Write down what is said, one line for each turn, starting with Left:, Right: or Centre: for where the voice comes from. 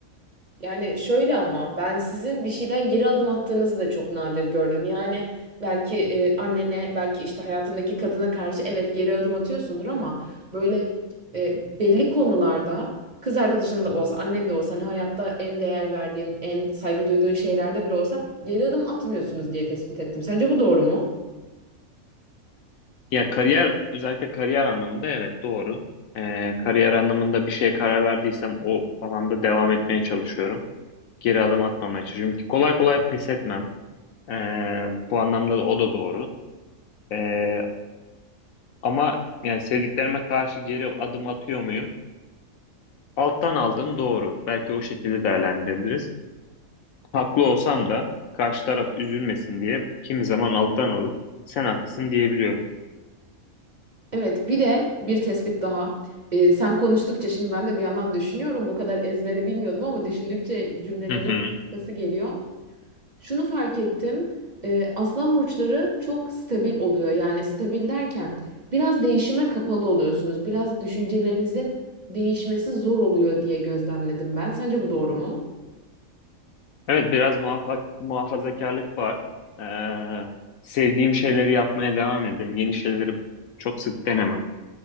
Right: Yani şöyle ama ben sizin bir şeyden geri adım attığınızı da çok nadir gördüm. Yani belki e, annene, belki işte hayatındaki kadına karşı evet geri adım atıyorsundur ama böyle e, belli konularda kız arkadaşın da olsa, annen de olsa hani hayatta en değer verdiğin, en saygı duyduğun şeylerde bile olsa geri adım atmıyorsunuz diye tespit ettim. Sence bu doğru mu?
Left: Ya kariyer, özellikle kariyer anlamında evet doğru. Ee, kariyer anlamında bir şeye karar verdiysem o alanda devam etmeye çalışıyorum. Geri adım atmamaya çalışıyorum ki kolay kolay pes etmem. Ee, bu anlamda da o da doğru. Ee, ama yani sevdiklerime karşı geri adım atıyor muyum? Alttan aldım doğru. Belki o şekilde değerlendirebiliriz. Haklı olsam da karşı taraf üzülmesin diye kimi zaman alttan alıp sen haklısın diyebiliyorum.
Right: Evet, bir de bir tespit daha. Ee, sen konuştukça şimdi ben de bir yandan düşünüyorum. Bu kadar ezbere bilmiyordum ama düşündükçe cümlelerin
Left: Hı hı.
Right: arkası geliyor. Şunu fark ettim. e, aslan burçları çok stabil oluyor. Yani stabil derken biraz değişime kapalı oluyorsunuz. Biraz düşüncelerinizin değişmesi zor oluyor diye gözlemledim ben. Sence bu doğru mu?
Left: Evet biraz muhafa muhafazakarlık var. Ee, sevdiğim şeyleri yapmaya devam ederim. Yeni şeyleri çok sık denemem.